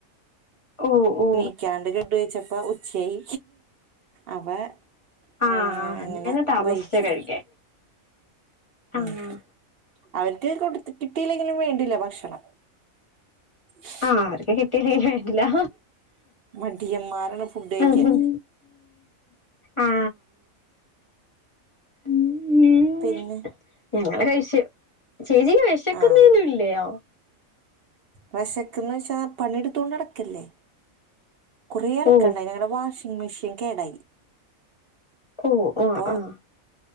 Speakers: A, on the left (about 30°); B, on the right (about 60°).
A: ഓ ഓ
B: നീക്കാണ്ട് ഫുഡ് കഴിച്ചപ്പൊ ഉച്ചായി. അവ
A: ആഹ്
B: ഏഹ് അങ്ങനെ
A: താമസിച്ചാ
B: വൈകി
A: കഴിക്കാൻ
B: ഉം
A: ആഹ്
B: അവൽക്ക് കൊടു കിട്ടിയില്ലെങ്കിലും വേണ്ടില്ല ഭക്ഷണം. ഉ <inaudible>
A: ആ അവർക്ക് കിട്ടീല്ലെങ്കിലും വേണ്ടില്ല.
B: മടിയന്മാരാണ് ഫുഡ് കഴിക്കാൻ
A: <unintelligible> ഉം ആ ഉം ഉം.
B: പിന്നെ
A: ഞങ്ങളെ <unintelligible> ചേച്ചിക്ക് വെശക്കുന്നെ
B: ആഹ്
A: ഒന്നും ഇല്യാേ.
B: വെഷക്കുന്ന് വെച്ചാൽ പണിയെടുത്തോണ്ട് ഔടെ നിക്കല്ലെ. കൊറെ അലക്കാണ്ടായിനി
A: ഓ
B: ഞങ്ങളെ വാഷിംഗ് മെഷീൻ കേടായി.
A: ഓ
B: പൊ
A: ആഹ്